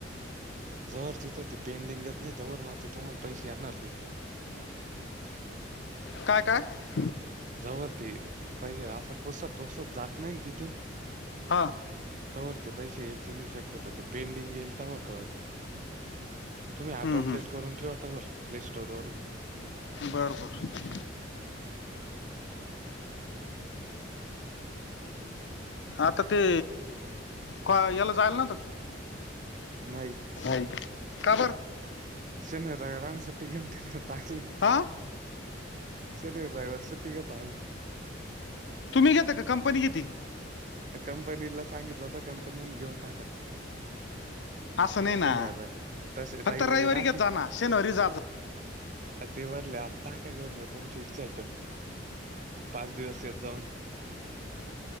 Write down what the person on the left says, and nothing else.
कायं कायं.
हां.
हम्म,
हम्म.
बर, बर. आता ते क याला जायला नव्हता का तु?
नाही. का बर?
हा
तुम्ही घेता का कंपनी घेती?
असं नाही ना
फक्त
घेत जा ना शनिवारी जा जा.